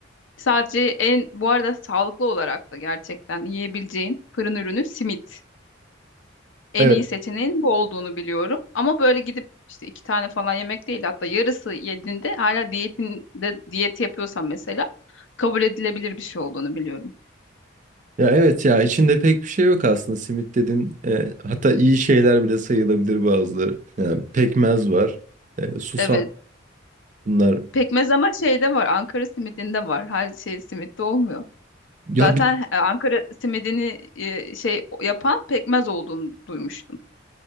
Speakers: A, on the left; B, on the right.
A: Sadece en bu arada sağlıklı olarak da gerçekten yiyebileceğin fırın ürünü simit. en
B: Evet.
A: iyi seçeneğin bu olduğunu biliyorum. Ama böyle gidip işte iki tane falan yemek değil hatta yarısı yediğinde hala diyetinde diyet yapıyorsan mesela kabul edilebilir bir şey olduğunu biliyorum.
B: Ya evet ya içinde pek bir şey yok aslında simit dedin. e, hatta iyi şeyler bile sayılabilir bazıları. Yani pekmez var. e, susam
A: Evet.
B: bunlar.
A: Pekmez ama şeyde var. Ankara simidinde var. Her şey simitte olmuyor.
B: Ya
A: Zaten
B: bi-
A: e, Ankara simidini e, şey yapan pekmez olduğunu duymuştum.